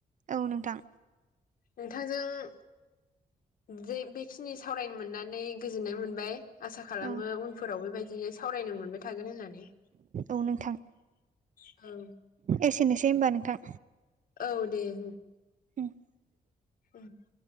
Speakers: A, on the right; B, on the left.
A: औ नोंथां
B: नोंथां जों। जे बेखिनि सावरायनो मोननानै गोजोननाय मोनबाय आसा खालामो
A: औ
B: उनफोराव बेबायदिनो। सावरायनो मोनबाय थागोन होननानै।
A: औ नोंथां,
B: औ
A: एसेनोसै होनबा नोंथां।
B: औ दे बुं।
A: <inaudible>
B: <inaudible>